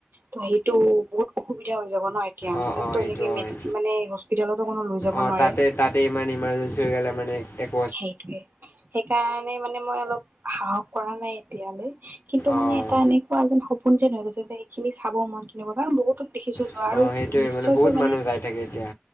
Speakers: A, on the right; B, on the left.
A: সেইটো বহুত অসুবিধা হৈ যাব ন এতিয়া
B: অ',
A: মোক
B: অ',
A: তো
B: এইটো
A: এনেকে
B: হয়
A: মানে হস্পিটালতো কোনো লৈ যাব
B: অ',
A: নোৱাৰে।
B: তাতে তাতে ইমান ইমাৰ্জেঞ্চি হৈ গ'লে মানে এক।
A: সেইটোৱে সেইকাৰণে মানে মই অলপ সাহস কৰা নাই এতিয়ালৈ। কিন্তু মানে
B: অ',
A: এটা এনেকুৱা যেন সপোন যেন হৈ গৈছে যে সেইখিনি চাব মন কিনিব কাৰণ বহুত। দেখিছো যোৱাৰো
B: অ', সেইটোৱে
A: নিশ্চয়কৈ
B: বহুত
A: মানে
B: মানুহ যাই থাকে এতিয়া